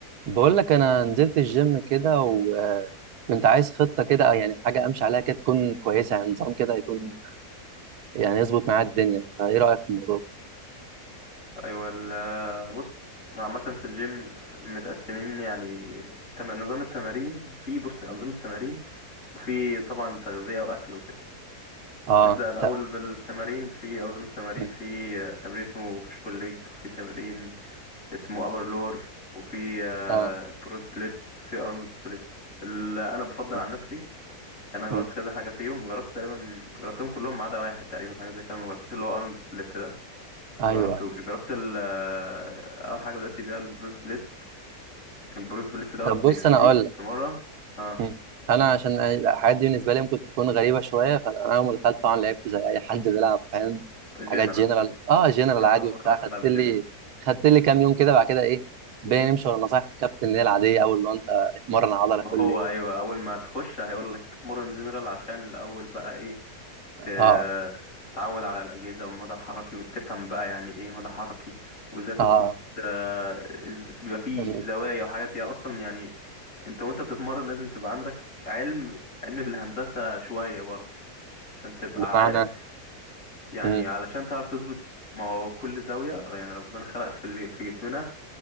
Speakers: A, on the right (about 85°); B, on the left (about 55°).
A: بقول لك انا نزلت الجيم كده وكنت عايز خطه كده يعني حاجه امشي عليها كده تكون كويسه يعني نظام كده يكون يعني يظبط معايا الدنيا فايه رايك في الموضوع
B: ايوه ال- بص عامة في الجيم متقسمين يعني تم- نظام التمارين في بص أنظمة تمارين وفي طبعا تغذية وأكل وكده
A: اه
B: نبدأ الأول
A: طب
B: بالتمارين في أنظمة تمارين
A: مم.
B: في آه، تمرين اسمه بوش بول ليج وفي تمرين اسمه أبر لور وفي آه،
A: اه
B: برو سبليت وفي أرنولد سبليت اللي أنا بفضل
A: مم.
B: عن نفسي أنا جربت
A: مم.
B: كذا حاجة فيهم جربت تقريبا جربتهم كلهم ما عدا واحد تقريبا حاجة زي كده ما جربتش اللي هو أرنولد سبليت ما
A: ايوه
B: جربتوش
A: أيوة.
B: جربت ال آه، اول حاجه بدات بيها البروس بليت البروس بليت دوت
A: طب
B: بيخليك
A: بص انا اقول لك
B: تمرن اه
A: مم. انا عشان الحاجات دي بالنسبه لي ممكن تكون غريبه شويه فانا اول ما دخلت طبعا لعبت زي اي حد بيلعب فاهم حاجات
B: جنرال
A: جنرال اه جنرال
B: اه
A: عادي
B: هو
A: وبتاع
B: خلاك
A: خدت
B: تلعب
A: لي
B: جنرال
A: خدت لي كام يوم كده بعد كده ايه بقينا نمشي ورا نصايح الكابتن اللي هي العاديه اول ما انت اتمرن عضله كل
B: ما هو
A: يوم
B: ايوه اول ما تخش هيقول لك مرن جنرال عشان الاول بقى ايه ت-
A: اه
B: تتعود على الاجهزه والمدى الحركي وتفهم بقى يعني ايه مدى حركي وازاي تظبط
A: اه
B: آه، إز- بيبقى فيه
A: ال-
B: زوايا وحاجات هي اصلا يعني انت وانت بتتمرن لازم تبقى عندك علم علم بالهندسه شويه برضه عشان تبقى
A: بمعنى
B: عارف يعني
A: مم.
B: علشان تعرف تظبط ما هو كل زاوية يعني ربنا خلق في اللي في جسمنا